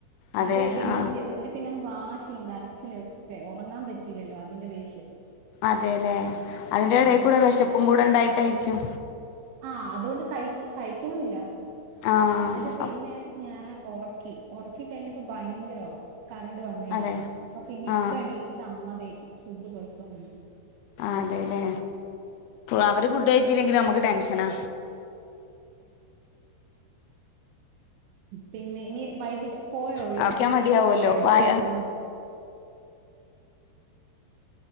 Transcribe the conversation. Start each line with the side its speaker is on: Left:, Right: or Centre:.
Right: എന്നിട്ട്
Left: അതെ
Right: എണ്ണീറ്റ്
Left: ആ
Right: എന്നിട്ട് പിന്നെങ്ങ് വാ വാശിം കരച്ചിലും ഒക്കെ ഉറങ്ങാൻ പറ്റിയില്ലല്ലോ അതിന്റെ ദേഷ്യം
Left: അതെല്ലെ അതിന്റെ
Right: ആഹ്
Left: ഇടെൽ
Right: എന്നിട്ട്
Left: കൂടെ വിശപ്പും
Right: പിന്നെ
Left: കൂടെ ഉണ്ടായിട്ടായിരിക്കും
Right: ആ അതുകൊണ്ട് കഴിച്ച് കഴിക്കണൂല്ല
Left: ആ
Right: എന്നിട്ട് പിന്നെ
Left: അപ്-
Right: ഞാന് ഉറക്കി ഉറക്കി കഴിഞ്ഞപ്പോ ഭയങ്കര ഉറക്കം കറണ്ട് വന്നു കഴഞ്ഞപ്പോ
Left: അതെ
Right: അപ്പൊ പിന്നെ
Left: ആ
Right: ഇപ്പ എണീറ്റിട്ട് അമ്മ ദെ ഫുഡ് കൊടുക്കുണുണ്ട്
Left: അതെല്ലെ അവര് ഫുഡ് കഴിച്ചില്ലെങ്കിൽ നമുക്ക് ടെൻഷനാ
Right: പിന്നെ ഇനി വൈകിട്ട് പോയോ
Left: കഴിക്കാൻ
Right: കുട്ടികളൊക്കെ
Left: മടിയാവുമല്ലോ
Right: പോയോ
Left: വായ
Right: സ്കൂളില്